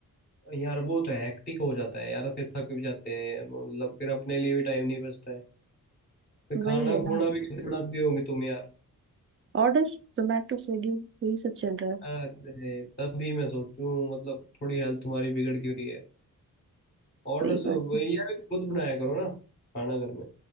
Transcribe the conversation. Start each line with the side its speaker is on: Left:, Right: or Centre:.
Left: यार वो तो हेक्टिक हो जाता है यार फिर थक भी जाते हैं मतलब फिर अपने लिए भी टाइम नहीं बचता है फिर
Right: वही
Left: खाना
Right: है ना
Left: खूना भी कैसे बनाती होगी तुम यार
Right: ऑर्डर जोमेटो स्विगी यही सब चल रहा है
Left: अरे तभी मैं सोचूं मतलब थोड़ी हेल्थ तुम्हारी बिगड़ क्यों रही है ऑर्डर्स
Right: वही
Left: वही
Right: बात
Left: यार खुद बनाया करो ना खाना घर में